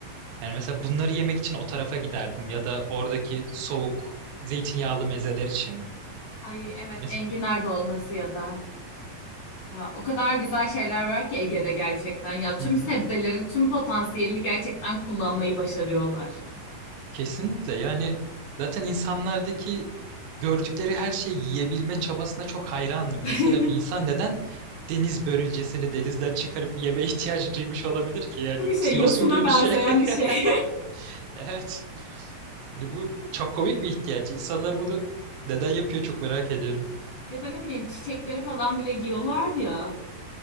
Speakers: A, on the right; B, on the left.
A: Yani mesela bunları yemek için o tarafa giderdim ya da oradaki soğuk zeytinyağlı mezeler için.
B: Ay evet
A: Mes-
B: enginar dolması ya da. Ha, o kadar güzel şeyler var ki Ege'de gerçekten. Ya tüm
A: <laughs>
B: sebzelerin tüm potansiyelini gerçekten kullanmayı başarıyorlar.
A: Kesinlikle yani zaten insanlardaki gördükleri her şeyi yiyebilme çabasına çok hayranım.
B: <laughs>
A: Mesela bir insan neden deniz börülcesini denizden çıkarıp yeme ihtiyacı duymuş olabilir ki? Yani
B: Değil mi şey
A: yosun
B: yosuna
A: gibi
B: benzeyen
A: bir şey.
B: bir şey.
A: <laughs>
B: <laughs>
A: Evet. Hani bu çok komik bir ihtiyaç. İnsanlar bunu neden yapıyor çok merak ediyorum.
B: Ya da ne bileyim çiçekleri falan bile yiyorlar ya.